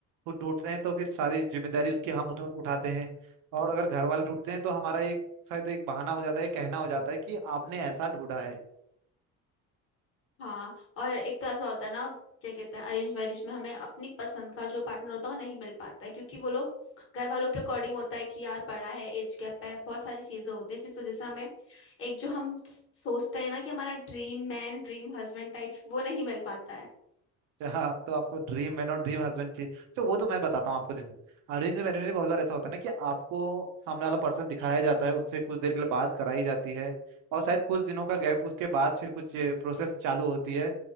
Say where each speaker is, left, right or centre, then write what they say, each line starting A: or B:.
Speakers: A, on the right (about 80°); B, on the left (about 45°).
A: खुद ढूंढते हैं तो फिर सारी जिम्मेदारी उसकी हम उठा- उठाते हैं और अगर घर वाले ढूंढते हैं तो हमारा एक शायद एक बहाना हो जाता है कहना हो जाता है कि आपने ऐसा ढूंढा है
B: हाँ और एक तो ऐसा होता है ना क्या कहते हैं अरेंज मैरिज में हमें अपनी पसंद का जो पार्टनर होता है वो नहीं मिल पाता है क्योंकि वो लोग घर वालों के अकॉर्डिंग होता है कि यार बड़ा है एज गैप है बहुत सारी चीजें होती हैं जिस वजह से हमें एक जो हम सोचते हैं ना कि हमारा dream man dream husband types वो नहीं मिल पाता है
A: हाँ तो आपको ड्रीम मैन और ड्रीम हस्बैंड चाहिए तो वो तो मैं बताता हूँ आपको देखो अरेंज मैरिज में बहुत बार ऐसा होता है ना कि आपको सामने वाला पर्सन दिखाया जाता है उससे कुछ देर के लिए बात कराई जाती है और शायद कुछ दिनों का गैप उसके बाद फिर कुछ प्रोसेस चालू होती है